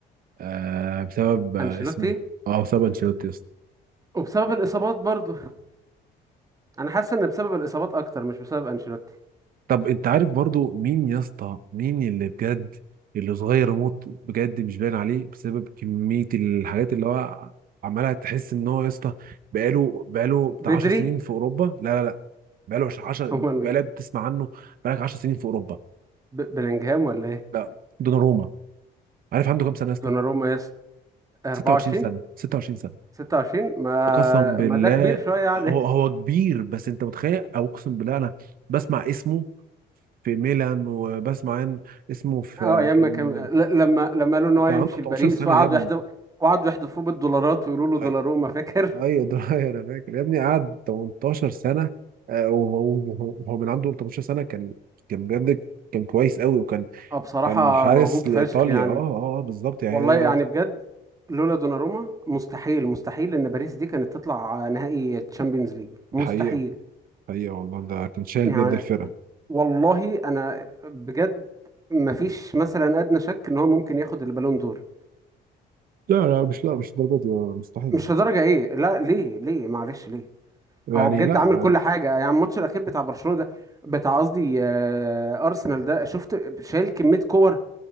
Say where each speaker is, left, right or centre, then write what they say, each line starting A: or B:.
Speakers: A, on the right (about 60°); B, on the right (about 20°).
A: آه بسبب آه
B: أنشيلوتي
A: اسمه إيه؟ اه بسبب انشيلوتي
B: وبسبب الإصابات برضه أنا حاسس إن بسبب الإصابات أكتر مش بسبب أنشيلوتي
A: طب انت عارف برضو مين يا اسطى مين اللي بجد اللي صغير موت بجد مش باين عليه بسبب كمية الحاجات اللي هو عمالها تحس ان هو يا اسطى بقاله بقاله بتاع
B: بدري
A: 10 سنين في اوروبا لا لا لا بقاله 10
B: هو مين
A: بقالك بتسمع عنه بقالك 10 سنين في اوروبا
B: ب- بلينجهام ولا ايه
A: لا دوناروما عارف عنده كام سنة يا اسطى
B: دوناروما يس 24
A: 26 سنة 26 سنة
B: 26 ما
A: قسم بالله
B: ما ده كبير شويه يعني
A: هو هو كبير بس انت متخيل او اقسم بالله انا بسمع اسمه في ميلان وبسمع إن اسمه
B: <laughs>
A: في
B: اه ياما
A: كان
B: كان ل- لما لما قالوا ان هو
A: كان
B: يمشي
A: عنده 18
B: لباريس
A: سنة
B: وقعدوا
A: يا ابني
B: يحدفوا وقعدوا يحدفوه بالدولارات ويقولوا له دوناروما
A: ايوه
B: فاكر
A: ايوه ده <laughs> انا فاكر يا ابني قعد 18 سنة آه، وهو وهو- وهو من عنده 18 سنة كان كان بجد كان كويس قوي وكان
B: <laughs> اه بصراحه
A: كان حارس
B: موهوب فشخ
A: لإيطاليا
B: يعني
A: اه اه آه، بالظبط يعني
B: والله
A: ده
B: يعني بجد لولا دوناروما مستحيل مستحيل ان باريس دي كانت تطلع نهائي تشامبيونز ليج مستحيل
A: حقيقة حقيقة والله ده كان شايل
B: يعني
A: بجد الفرقة
B: والله انا بجد ما فيش مثلا ادنى شك ان هو ممكن ياخد البالون دور
A: لا لا مش لا مش الدرجة دي والله، مستحيل
B: مش لدرجة ايه لا ليه ليه معلش ليه
A: يعني
B: هو بجد
A: لا
B: عامل كل حاجة يعني الماتش الأخير بتاع برشلونة ده بتاع قصدي آه، أرسنال ده شفت شايل كمية كور